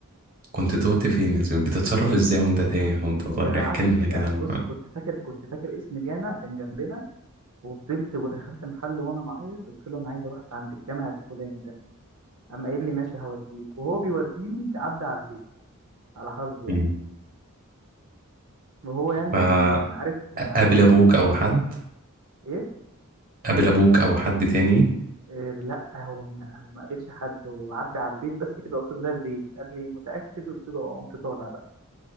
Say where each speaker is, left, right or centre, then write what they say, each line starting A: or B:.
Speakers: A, on the right; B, on the right.
A: كنت توهت فين يا زميلي؟ بتتصرف ازاي وانت تايه وانت صغير
B: قعدت
A: احكي لنا
B: يعني
A: كده عن الموضوع.
B: بص كنت فاكر كنت فاكر اسم جامع كان جنبنا وفضلت ودخلت محل وانا معيط قلت له انا عايز اروح عند الجامع الفلاني ده اما قال لي ماشي هوديك وهو بيوديني عدى على البيت على حظي يعني
A: مم.
B: وهو يعني كان
A: فقابل
B: كان عارف كان عارف
A: ابوك
B: يعني
A: او
B: عارف
A: حد
B: ايه,
A: قابل ابوك او حد تاني
B: إيه لا هو ما هو ما قابلش حد وعدى على البيت بس كده قلت له ده البيت قال لي متأكد قلت له اه قمت طالع بقى